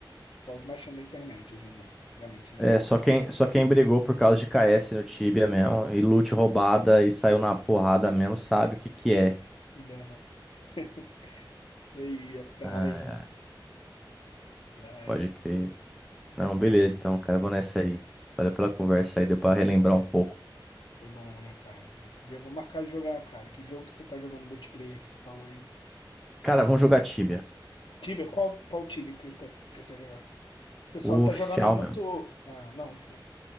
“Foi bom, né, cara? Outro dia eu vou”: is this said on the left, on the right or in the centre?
Left